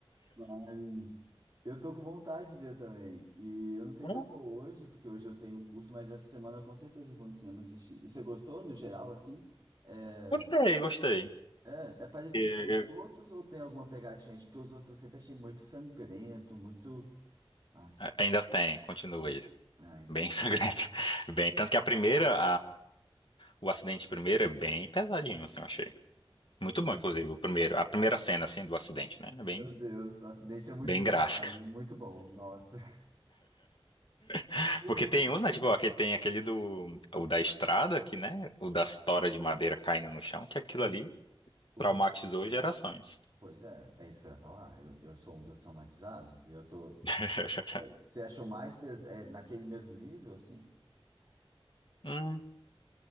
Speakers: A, on the right (about 35°); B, on the left (about 60°).
A: Mas eu tô com vontade de ver também. E eu não sei
B: Hum,
A: se eu vou hoje, porque hoje eu tenho curso, mas essa semana eu com certeza vou no cinema assistir. E você gostou, no geral, assim? É,
B: Gostei, gostei.
A: é, é parecido
B: E-
A: com os outros ou tem alguma pegada diferente? Porque os outros eu sempre achei muito sangrento, muito. Ai,
B: Ainda tem, continua aí.
A: ai.
B: Bem
A: que-
B: sangrento. <laughs> Bem, tanto que a primeira, O acidente primeiro é bem pesadinho, assim, eu achei. Muito bom, inclusive, o primeiro, a primeira cena, assim, do acidente, né? É bem,
A: Meu Deus, o acidente é muito,
B: bem gráfica.
A: pesado, muito bom, nossa. <laughs>
B: <laughs>
A: Eu
B: Porque
A: vi.
B: tem uns, né? Tipo, aquele, tem aquele do, o da estrada, que, né? O das toras de madeira caindo no chão, que aquilo
A: Sei.
B: ali
A: O
B: traumatizou
A: que?
B: gerações.
A: Pois é, é isso que eu ia falar. Eu, eu sou um dos traumatizados. Eu tô.
B: <laughs>
A: Você achou mais pes... é, naquele mesmo nível, assim?
B: Hum,